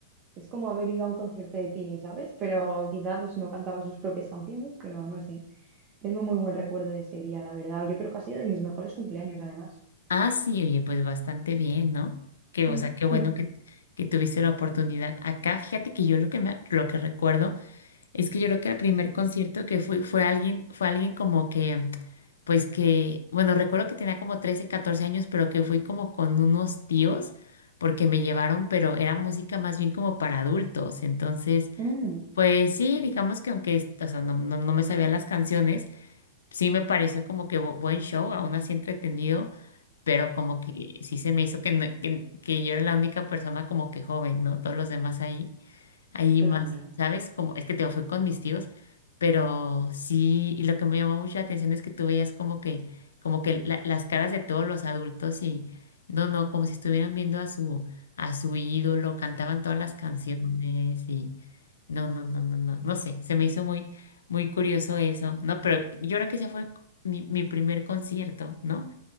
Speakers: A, on the right; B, on the left.
A: es como haber ido a un concierto de Tini, ¿sabes? Pero quizá pues no cantaba sus propias canciones, pero no sé. Tengo muy buen recuerdo de ese día, la verdad. Yo creo que ha sido de mis mejores cumpleaños, además.
B: Ah, sí, oye, pues bastante bien, ¿no? Que,
A: Mm,
B: o sea, qué bueno
A: Y
B: que, que tuviste la oportunidad. Acá, fíjate que yo lo que me, lo que recuerdo es que yo creo que el primer concierto que fui fue alguien, fue alguien como que, pues que, bueno, recuerdo que tenía como 13, 14 años, pero que fui como con unos tíos porque me llevaron, pero era música más bien como para adultos. Entonces,
A: mm,
B: pues sí, digamos que aunque, o sea, no, no, no me sabía las canciones, sí me pareció como que bu- buen show, aún así entretenido pero como que sí se me hizo que, no- que, que yo era la única persona como que joven, ¿no? Todos los demás ahí, ahí
A: claro.
B: más, ¿sabes? Como, es que te digo, fui con mis tíos, pero sí, y lo que me llamó mucho la atención es que tú veías como que, como que la- las caras de todos los adultos y, no, no, como si estuvieran viendo a su, a su ídolo, cantaban todas las canciones y, no, no, no, no, no, no sé, se me hizo muy, muy curioso eso, ¿no? Pero yo creo que ese fue mi, mi primer concierto, ¿no?